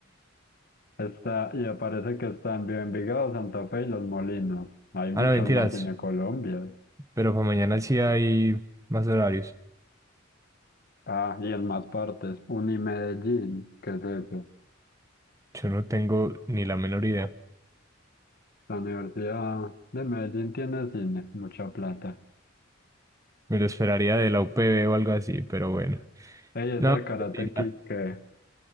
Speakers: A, on the left; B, on the right.
A: Está, y aparece que está en Envigado, Santa Fe y Los Molinos. Hay muchos
B: Ah, no, mentiras.
A: más Cine Colombia.
B: Pero para mañana sí hay más horarios.
A: Ah, y en más partes, Unimedellín, ¿qué es eso?
B: Yo no tengo ni la menor idea.
A: La Universidad de Medellín tiene cine, mucha plata.
B: Me lo esperaría de la UPB o algo así, pero bueno.
A: Ey, esa
B: No,
A: de Karate
B: pues sí,
A: Kid,
B: ya,
A: ¿qué?